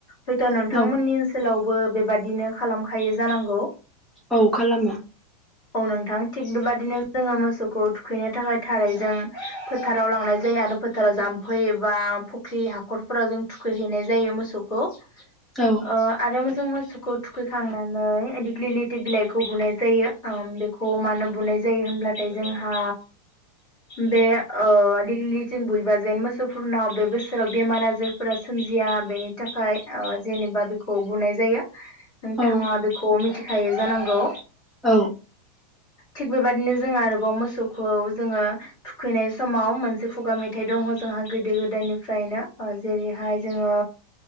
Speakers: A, on the left; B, in the centre.
A: हयथ' नोंथांमोननि
B: औ
A: ओनसोलाव बो बेबादिनो खालामखायो जानांगौ।
B: औ खालामो
A: औ नोंथां थिग बेबाद बिदिनो जोङो मोसौखौ थुखैनो थाखाय थारैजों फोथाराव लांनाय जायो आरो फोथाराव जाम्फै बा फुख्रि हाखरफोराव जों थुखैहैनाय जायो मोसौखौ अ
B: औ
A: आरो <unintelligible> खौ थुखैखांनानै दिग्लिलिथि बिलाइखौ बुनाय जायो ओम बेखौ मानो बुनाय जायो जायो होनब्लाथाय जोंहा बे ओ <unintelligible> जों बुयोबा जेन मोसौफोरनाव बे बोसोराव बेमार आजारफोरा सोमजिया बेनि थाखाय ओ जेनेबा बेखौ बुनाय जाया। नोंथाङा
B: औ
A: बेखौ मिथि खायो जानांगौ।
B: औ
A: थिग बेबायदिनो जों आरोबाव मोसौखौ जोङो थुखैनाय समाव मोनसे खुगा मेथाइ दङ जोंहा गोदो गोदायनिफ्रायनो ओ जेरैहाय जोङो